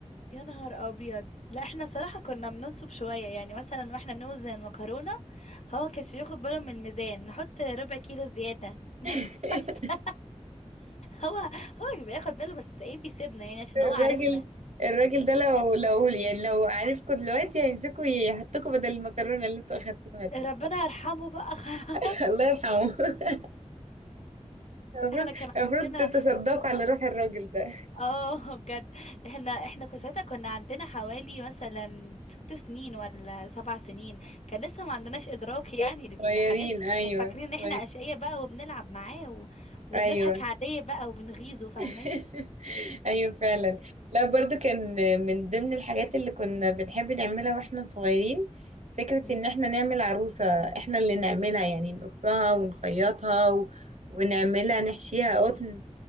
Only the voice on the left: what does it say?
يا نهار أبيض لا احنا صراحة كنا بننصب شوية يعني مثلا واحنا بنوزن المكرونة هو ما كانش بياخد باله من الميزان نحط ربع كيلو زيادة <laughs> نحط
هو هو بياخد باله بس ايه بيسيبنا يعني عشان
هو عارفنا
ربنا
يرحمه بقى <laughs> خلاص
احنا كان
عندنا
اه بجد احنا احنا كنا ساعتها كنا عندنا حوالي مثلا ست سنين ولا سبع سنين كان لسه ما عندناش ادراك يعني للحاجات
دي
احنا فاكرين ان احنا
اشقياء بقى وبنلعب معاه و... وبنضحك
عليه بقى وبنغيظه فاهماني
مم.